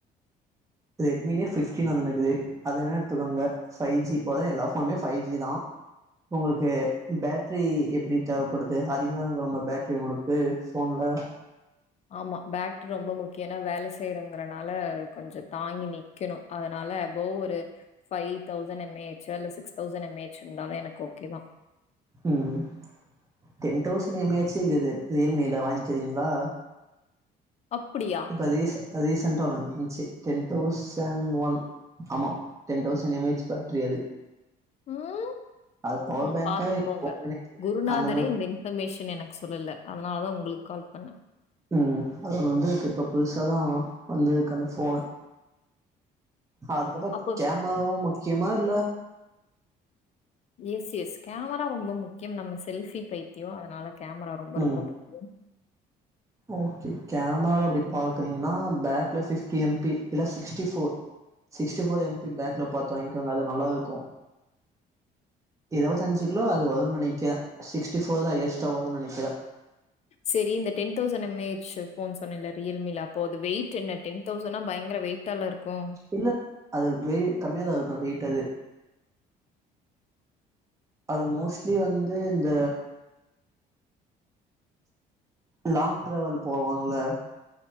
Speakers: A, on the right (about 20°); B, on the left (about 40°).
A: ரெட்மிலயே ஃபிப்டீன் ஒன்னு வந்ருக்குது அதுவேணா எடுத்துக்கோங்க ஃபை ஜி இப்பதா எல்லா ஃபோனுமே ஃபை ஜி தா உங்ளுக்கு பேட்ரி எப்டி தேவப்படுது அதிகமானுமா பேட்ரி உங்ளுக்கு ஃபோன்ல
B: ஆமா பேட்ரி ரொம்ப முக்கிய ஏனா வேல செய்றங்கறனால கொஞ்ச தாங்கி நிக் க்கனும் அதனால எபோவ் ஒரு ஃபைவ் தௌசன்ட் எம் ஏ ஹச்சோ இல்ல சிக்ஸ் தௌசண்ட் எம் ஏ ஹச்சோ இருந்தாவே எனக்கு ஓகே தா
A: ம் டென் தௌசன்ட் எம் ஏ ஹச்சேருக்குது ரியல் மீல வாங்கிறீங்களா
B: அப்டியா
A: அது ரீச ரீசெண்ட்டா ஒனு வந்ச்சு டென் தௌசண்ட் ஒன் ஆமா ten thousand M H battery அது
B: ம்
A: அது பவர்
B: ம்
A: பேங்கா
B: பாத்துக்கோங்க
A: இல்ல
B: குருநாதரே
A: அந்த மாரி
B: இந்த இன் ஃபர்மேஷன் எனக்கு சொல்லல அதனாலதா உங்குளுக்கு கால் பண்ணே
A: ம் அது ஒன்னு வந்துக்கு இப்ப புதுசாதா வந்துக்கு அந்த ஃபோனு அதுக்கப்புறோ
B: அப்போ
A: கேமராவு முக்கியமா இல்ல
B: எஸ் எஸ் கேமரா ரொம்ப முக்கியம் நம்ம செல்ஃபி பைத்தியோ அதனால கேமரா ரொம்ப
A: ம்
B: ரொம்ப முக்கியம்
A: ஓகே கேமராவ அப்டி பாக்குறீங்கன்னா பேக்ல பிஃப்டி எம்பி இல்ல sixty four sixty four MP பேக்ல பாத்து வாங்கிகோங்க அது நல்லா இருக்கு இருபத்தஞ்சிகிலோ அது வரு நெனக்கிறே சிக்ஸ்டி ஃபோர்தா ஏஸ்டா வரு நெனைக் கிறே
B: சரி இந்த டென் தௌசண்ட் எம்ஏஹச் ஃபோன் சொன்னேல்ல ரியல்மில அப்போ அது வெயிட் என்ன டென் தெளசண்ட்டா பயங்கர வெயிட் எவ்ளோ இருக்கு
A: இல்ல அது வெயிட் கம்மியாதா இருக்கு வெயிட் அது அது மோஸ்ட்லி வந்து இந்த லாங் டிராவல் போவாங்ள